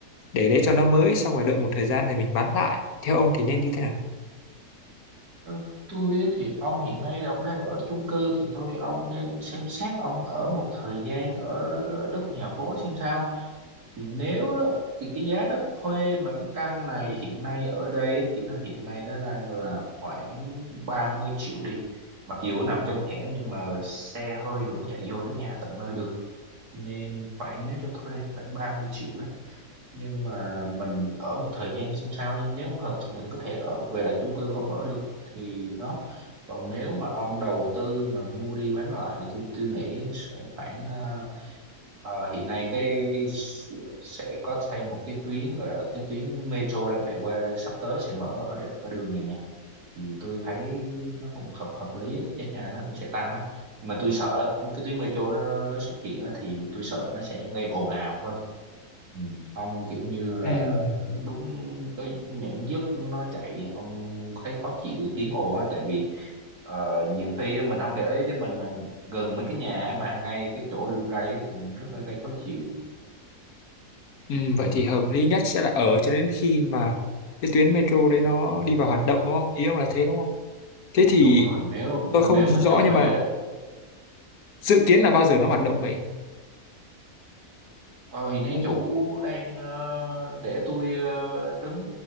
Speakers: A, on the left (about 70°); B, on the right (about 70°).
A: để đấy cho nó mới xong rồi đợi một thời gian thì mình bán lại. Theo ông thì nên như thế nào?
B: Theo Tôi á thì ông hiện nay là ông đang ở chung cư thì thôi ông nên xem xét ông ở một thời gian ở ờ, đất nhà phố xem sao. Thì nếu á, thì cái giá đất thuê mà cái căn này hiện nay ở đây á, thì nó hiện nay nó đang là khoảng 30 triệu đi. Mặc dù nó nằm trong hẻm nhưng mà xe hơi vẫn chạy vô tới nhà tận nơi được. nên khoảng nếu cho thuê thì khoảng 30 triệu đó nhưng mà mình ở một thời gian xem sao đi nếu không hợp thì mình có thể ở về lại chung cư của ông ở được thì đó còn nếu mà ông đầu tư mà mua đi bán lại thì tôi nghĩ sẽ khoảng ờ, Ờ, hiện nay cái sẽ có thêm một cái tuyến gọi là cái tuyến metro đang chạy qua sắp tới sẽ mở ở đ- ở đường này nè thì tôi thấy nó cũng hợp hợp lý á, giá nhà nó cũng sẽ tăng đó nhưng mà tôi sợ đó cái tuyến metro nó nó xuất hiện á, thì tôi sợ nó sẽ gây ồn ào thôi ừ. ông kiểu như là
A: Ừm,
B: đúng cái những giấc nó chạy ông thấy khó chịu cái tiếng ồn á tại vì Ờ, nhiều khi á, mình không để ý chứ mình mình gần mấy cái nhà mà ngay cái chỗ đường ray á, thì mình rất là gây khó chịu
A: ừm, vậy
B: Ừ.
A: thì hợp lý nhất sẽ là ở cho đến khi mà cái tuyến metro đấy nó đi vào hoạt động đúng không? Ý ông là thế đúng không? Thế thì
B: đúng rồi nếu
A: tôi
B: nếu
A: không
B: mình
A: rõ
B: cho thuê
A: nhưng mà
B: á,
A: dự kiến là bao giờ nó hoạt động vậy?
B: ờ, hiện nay
A: Ông,
B: chủ
A: ông.
B: đang ờ, để tôi ờ, đứng